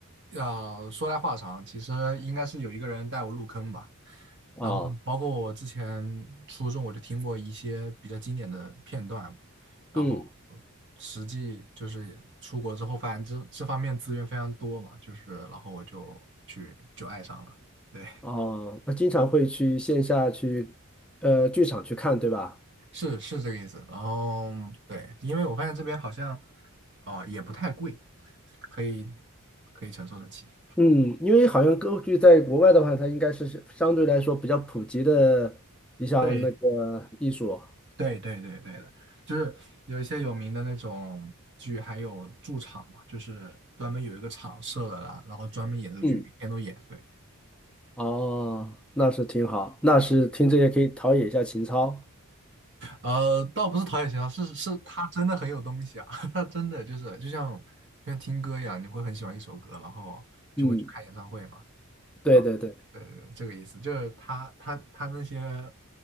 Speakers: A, on the right (about 55°); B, in the centre.
A: 呃，说来话长，其实应该是有一个人带我入坑吧。
B: 哦，
A: 然后包括我之前初中我就听过一些比较经典的片段嘛，然后呃实际就是出国之后发现这这方面资源非常多嘛，
B: 嗯，
A: 就是然后我就去就爱上了，对，
B: 哦，那经常会去线下去，呃，剧场去看，对吧？
A: 是是这个意思。然后对，因为我发现这边好像啊、呃也不太贵，可以可以承受得起。
B: 嗯，因为好像歌剧在国外的话，它应该是相对来说比较普及的一项那个艺术。
A: 对，对对对对的，就是有一些有名的那种剧，还有驻场嘛，就是专门有一个场设的啦，然后专门演这个剧，
B: 嗯，
A: 每天都演。对，
B: 哦，那是挺好，那是听这些可以陶冶一下情操。
A: 呃，倒不是陶冶情操，是是他真的很有东西啊，<laughs> 他真的就是就像就像听歌一样，你会很喜欢一首歌，然后就会去看演唱会嘛。
B: 嗯，对对对，
A: 啊，对对，对这个意思，就是他他他那些